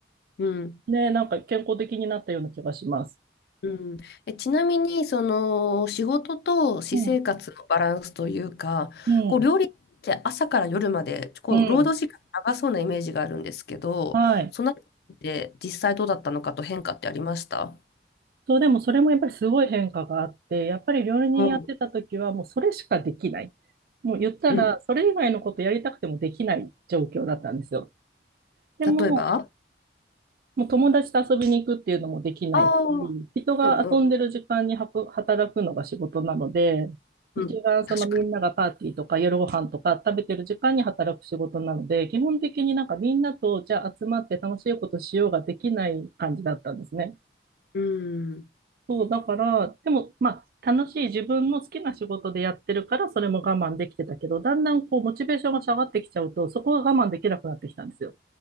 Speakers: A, on the left; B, on the right.
A: うん。
B: ね、なんか健康的になったような気がします。
A: うん。え、ちなみに、その、仕事と私生活のバランスというか、
B: うん、うん、
A: こう、料理って朝から夜まで、こう、
B: うん。
A: 労働時間長そうなイメージがあるんですけど、
B: はい。
A: そのあたりで実際どうだったのかと変化ってありました
B: そう、でもそれもやっぱりすごい変化があって、やっぱり料理人やってた時はもうそれしかできない。
A: うん。
B: もう言ったら、
A: うん。
B: それ以外のことやりたくてもできない状況だったんですよ。でも、
A: 例えば
B: もう友達と遊びに行くっていうのもできないし、
A: ああー、
B: 人が遊んでる時間にはく働くのが仕事なので、
A: うん、うん、
B: 一番そのみんながパーティーとか夜ご飯とか食べてる時間に働く仕事なので、
A: うん。確かに
B: 基本的になんかみんなとじゃあ集まって楽しいことしようができない感じだったんですね。
A: うん、
B: そう、だから、でもまあ楽しい自分の好きな仕事でやってるからそれも我慢できてたけど、だんだんこうモチベーションが下がってきちゃうと、そこが我慢できなくなってきたんですよ。